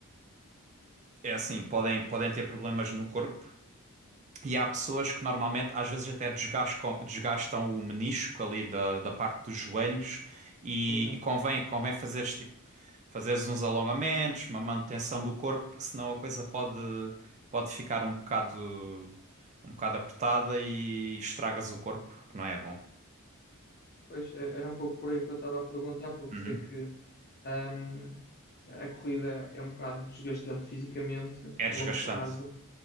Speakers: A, on the right; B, on the left.
A: é assim, podem, podem ter problemas no corpo e há pessoas que normalmente, às vezes até desgastam, desgastam o menisco ali da, da parte dos joelhos e,
B: exato.
A: e convém, convém fazeres tipo, fazeres uns alongamentos, uma manutenção do corpo, porque senão a coisa pode, pode ficar um bocado, um bocado apertada e estragas o corpo, que não é bom.
B: Pois é, era um pouco por aí que eu estava a perguntar, porque
A: Uhum.
B: sei que ahm, a corrida é um bocado desgastante fisicamente
A: É
B: a
A: desgastante.
B: longo prazo